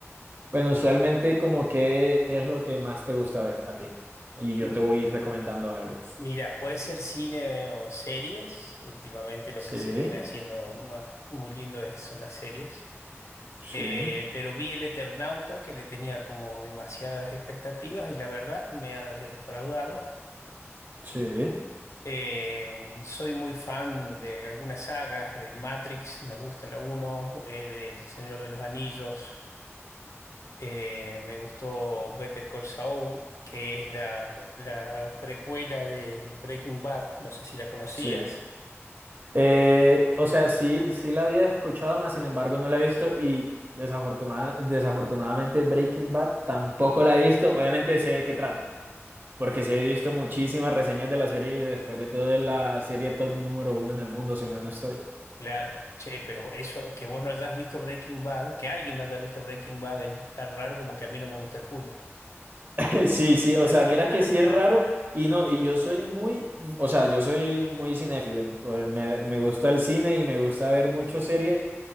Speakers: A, on the right (about 45°); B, on the left (about 85°).
A: bueno, usualmente como qué es lo que más te gusta ver a ti. Y yo
B: M-
A: te voy a ir recomendando algo.
B: Mira, puede ser cine o series. Últimamente lo
A: Sí,
B: que se viene haciendo más, muy lindo es- son las series.
A: sí,
B: Eh, pero vi El Eternauta, que le tenía como demasiadas expectativas y la verdad me ha defraudado.
A: sí,
B: Eh, soy muy fan de algunas sagas, de Matrix, me gusta la uno eh, del Señor de los Anillos, eh, me gustó Better Call Saul, que es la, la precuela de Breaking Bad, no sé si la conocías.
A: sí. Eh, o sea, sí, sí la había escuchado, más sin embargo no la he visto y desafortunada- desafortunadamente Breaking Bad tampoco la he visto. Obviamente sé de qué trata, porque sí he visto muchísimas reseñas de la serie y después de todo es la serie top número uno en el mundo, si mal no estoy.
B: Claro. Claro, che, pero eso, que vos no hayas visto Breaking Bad, que alguien no haya visto Breaking Bad es tan raro como que a mí no me gusta el fútbol.
A: <laughs> Sí, sí, o
B: <laughs>
A: sea, mira que sí es raro y no, y yo soy muy, mm, o sea, yo soy muy cinéfilo, em- o- me, me gusta el cine y me gusta ver muchas series,